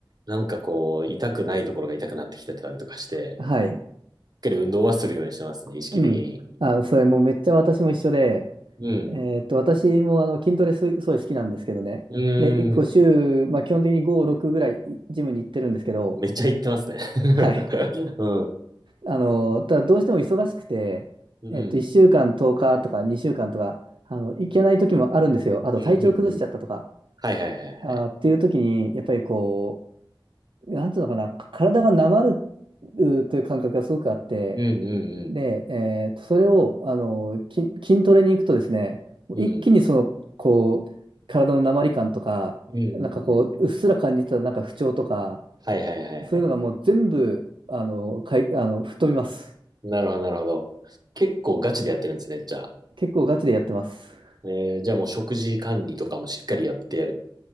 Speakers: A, on the right; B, on the right.
A: なんかこう、痛くないところが痛くなってきてたりとかして、
B: はい。
A: しっかり運動はするようにしてますね、意識的に。
B: うん。あー、それもうめっちゃ私も一緒で、
A: うん。
B: えーっと、私もあの筋トレす、すごい好きなんですけどね。
A: うーん。
B: で、1個週、まあ、基本的に5、6ぐらいいジムに行ってるんですけど、
A: めっちゃ言ってますね。<laughs>
B: はい。
A: うん。
B: あの、ただどうしても忙しくて、
A: うん。
B: えっと、1週間10日とおか2週間とか、あの、行けない時もあるんですよ。あと体調崩しちゃったとか、
A: うん。うん。うんうんうんうんうんはいはいはいはい。
B: あーっていう時に、やっぱりこう、なんていうのかな、体がなまるうーという感覚がすごくあって、
A: うんうん
B: で、えーと、それを、あの、筋、筋トレに行くとですね、
A: うん。
B: 一気にその、
A: うん。
B: こう、体のなまり感とか、
A: うんうんうん。
B: なんかこう、うっすら感じてたなんか不調とか、
A: はいはいはいはい。
B: そういうのがもう全部、あの、かい、あの、吹っ飛びます。
A: なるほどなるほど。結構ガチでやってるんですね、じゃあ。
B: 結構ガチでやってます。
A: えー、じゃあもう食事管理とかもしっかりやってやる、